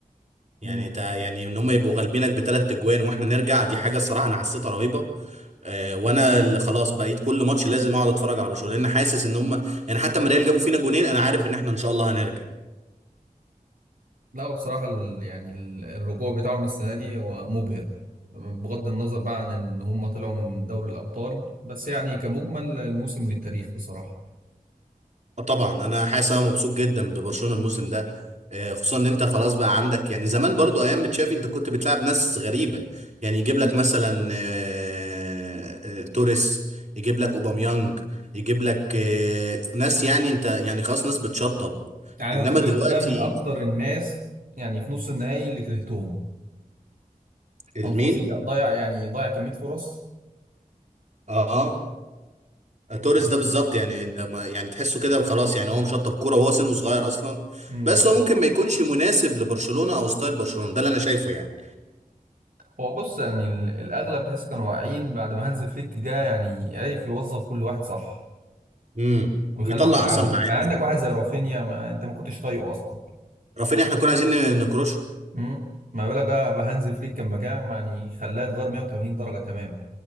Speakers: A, on the right; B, on the right.
A: يعني
B: امم
A: تا يعني ان هم يبقوا غالبينك بثلاث اجوان واحنا نرجع دي حاجه الصراحه انا حسيتها رهيبه آه، وانا اللي خلاص بقيت كل ماتش لازم اقعد اتفرج على برشلونه لان حاسس ان هم يعني حتى ما ريال جابوا فينا جونين انا عارف ان احنا ان شاء الله هنرجع
B: لا هو بصراحة ال- يعني ال- الرجوع بتاعهم السنة دي هو مبهر بغض النظر بقى عن ان هم طلعوا من دوري الابطال بس يعني كمجمل الموسم للتاريخ بصراحة
A: آه طبعا انا حاسس انا مبسوط جدا ببرشلونه الموسم ده آه، خصوصا ان انت خلاص بقى عندك يعني زمان برضو ايام ما تشافي انت كنت بتلعب ناس غريبه يعني يجيب
B: مم.
A: لك مثلا آه، آه، توريس يجيب لك اوباميانج يجيب لك آه، ناس يعني انت يعني خلاص ناس بتشطب
B: يعني
A: انما
B: أنا توريس
A: دلوقتي
B: ده من اكتر الناس يعني في نص النهائي اللي كرهتهم
A: المين
B: كان فظيع ضيع يعني ضيع كمية فرص
A: اه اه توريس
B: يعني
A: ده بالظبط يعني ده ما- يعني تحسه كده وخلاص يعني هو مشطب كوره وهو سنه صغير اصلا
B: امم
A: بس هو ممكن ما يكونش مناسب لبرشلونه او ستايل برشلونه ده اللي انا شايفه يعني
B: هو بص يعني ال- الأغلب تحس كانوا واعيين بعد ما هانز فليك جه يعني عرف يوظف كل واحد صح
A: امم
B: ويخلوهم
A: ويطلع
B: يلعبوا
A: احسن ما عنده
B: يعني عندك
A: يعني
B: واحد زي رافينيا ما أنت ما كنتش طايقه أصلا
A: رافينيا احنا كنا عايزين ن- نكروشه
B: امم ما بالك بقى بهانز فليك لما جه يعني خلاه يتغير 180 درجة تماما